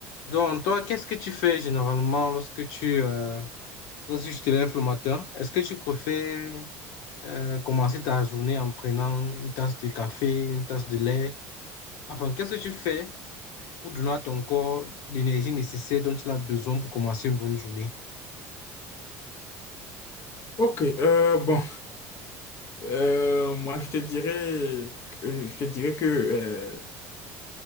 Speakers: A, on the left; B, on the left.
A: Donc, toi, qu'est-ce que tu fais généralement lorsque tu, euh, lorsque tu te lèves le matin? Est-ce que tu préfères euh, commencer ta journée en prenant une tasse de café, une tasse de lait? Enfin, qu'est-ce que tu fais pour donner à ton corps l'énergie nécessaire dont il a besoin pour commencer une bonne journée?
B: Ok, euh, bon, Euh, moi je te dirais, que- je te dirais que euh,